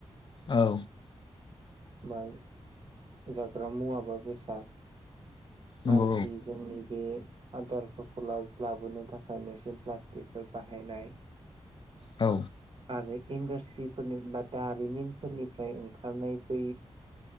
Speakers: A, on the left; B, on the right.
A: औ
B: बाय जाग्रा मुवाबा बेसाद
A: नंगौ
B: आरो जि जोंनि बे आदारफोरखौल लाबोनो थाखाय नोंसिम प्लास्टिकफोर बाहायनाय
A: औ
B: आरो इडास्ट्रिनिफोरनि बा दारिमिनफोरनिफ्राय ओंखारनाय बै